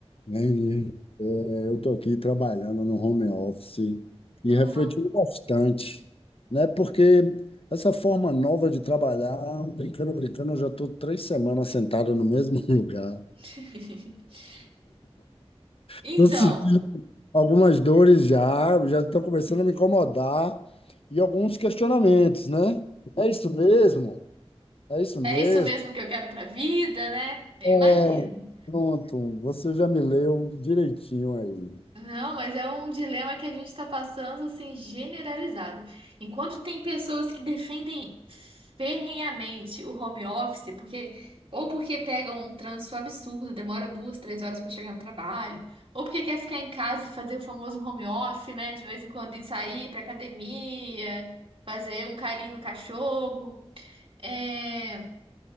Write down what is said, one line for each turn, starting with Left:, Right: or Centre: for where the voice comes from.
Left: Entendi. É, eu estou aqui trabalhando no home office e
Right: Ah.
Left: refletindo bastante, né? Porque essa forma nova de trabalhar, brincando, brincando, eu já estou três semanas sentado no mesmo <laughs> lugar.
Right: <laughs> Então,
Left: Estou sentindo algumas dores já, já estão começando a me incomodar e alguns questionamentos, né? É isso mesmo? É isso mesmo?
Right: é isso mesmo que eu quero pra vida, né? Eu
Left: É,
Right: imagino.
Left: pronto, você já me leu direitinho aí.
Right: Não, mas é um dilema que a gente está passando assim generalizado. Enquanto tem pessoas que defendem ferrenhamente o home office, porque ou porque pegam um trânsito absurdo, demora duas, três horas para chegar no trabalho, ou porque quer ficar em casa e fazer o famoso home office, né? De vez em quando ir sair para academia, fazer um carinho no cachorro. É...